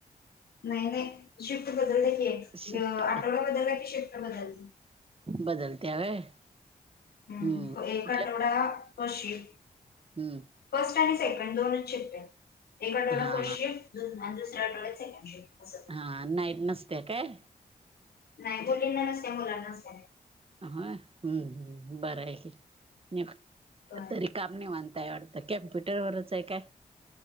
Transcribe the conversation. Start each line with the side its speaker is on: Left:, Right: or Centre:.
Left: नाही नाही शिफ्ट बदलते की
Right: शिफ्ट
Left: आठवडा ग बदलला की शिफ्ट बदलते
Right: बदलत्या व्हय हम्म
Left: त्यामुळ
Right: कुठल्या
Left: एक आठवडा फस्ट शिफ्ट
Right: हम्म
Left: फर्स्ट आणि सेकंड दोनच शिफ्ट आहेत एक आठवडा
Right: हा
Left: फर्स्ट
Right: हा
Left: शिफ्ट धून भांडे सरळ लावायच ना नीट अस
Right: हां अन नाईट नसत्या काय
Left: नाही दोन्ही नसतय मुलांना असतय
Right: होय हम् हम् बरं आहे तरी नीव
Left: होय
Right: तरी काम निवांत आहे वाटतं कॅम्प्युटरवरच आहे काय